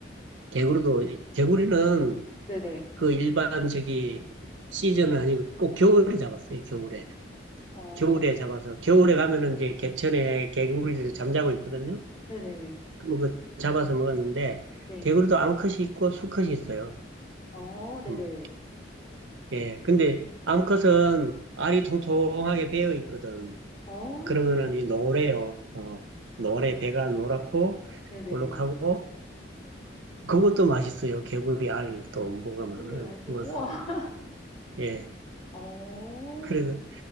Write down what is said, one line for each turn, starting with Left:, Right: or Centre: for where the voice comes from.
Right: 개구리도, 개구리는
Left: 네네.
Right: 그 일반 저기 시즌은 아니고 꼭 겨울에 잡았어요, 겨울에.
Left: 어,
Right: 겨울에 잡아서, 겨울에 가면은 이제 개천에 개구리들이 잠자고 있거든요.
Left: 네네.
Right: 그럼 그 잡아서 먹었는데,
Left: 네.
Right: 개구리도 암컷이 있고 수컷이 있어요.
Left: 어, 네네.
Right: 음. 예, 근데 암컷은 알이 통통하게 배어 있거든.
Left: 어,
Right: 그러면은 이 노래요. 어, 노래 배가 노랗고
Left: 네네.
Right: 볼록하고 그것도 맛있어요. 개구리 알또 먹으면은
Left: 개구리 알도,
Right: 구워서.
Left: 우와.
Right: 예,
Left: <laughs> 어,
Right: 그래